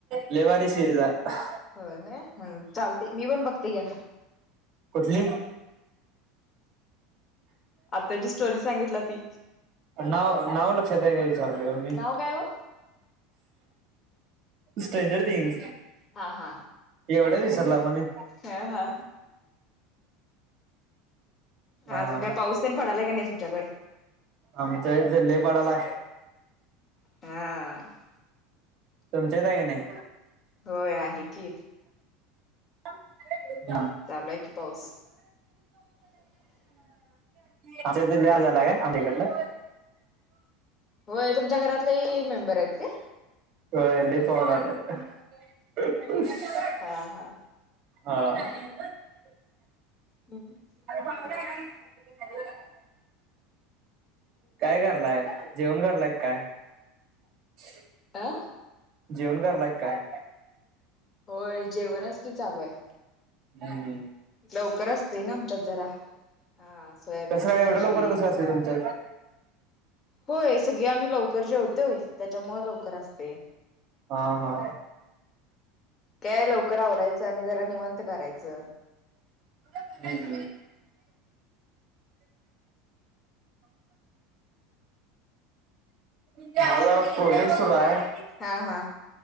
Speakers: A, on the right; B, on the left.
A: लय भारी सिरीज हाय
B: होय होय हं चालते मी पण बघते घ्या म
A: कुठली?
B: आता जी स्टोरी सांगितला ती
A: नाव नाव लक्षात हाय काय विचारलं ओ मी
B: नाव काय हो
A: स्ट्रेंजर थिंग.
B: हा हा.
A: एवढ्यात विसरला म्हणे
B: ह हा
A: हा
B: अजून काय पाऊस तेन पडालाय का नाय तुमच्याकड
A: आमच्या इथं लय पडलाय.
B: हा
A: तुमच्याच हाय क नाय?
B: होय आहे की
A: <unintelligible>
B: चालू आहे की पाऊस
A: आमच्या इथं लय आज
B: हम्म
A: आला
B: हम्म
A: का आपलीकडन
B: चाल होय तुमच्या घरातलेही मेंबर आहेत काय
A: होय लय पावन आलत <unintelligible>
B: हा हा
A: हा
B: हम्म. <inaudible>
A: <unintelligible> काय करलाय जेवण करलायत काय? <inaudible>
B: आं
A: जेवण करलाकी काय?
B: होय जेवणच कि चालूये.
A: हम्म हमम.
B: लवकर असते ना आमच्यात जरा, हा सोयाबीनची
A: कसं काय
B: भाजी
A: एवढं लवकर कसं असतंय तुमच्यात?
B: होय सगळी आम्ही लवकर जेवतोय, त्याच्यामुळे लवकर असते.
A: हा हा..
B: काय लवकर आवरायचं आणि जरा निवांत करायचं
A: हम हम या वाला पो सुर आहे. <inaudible>
B: हा हा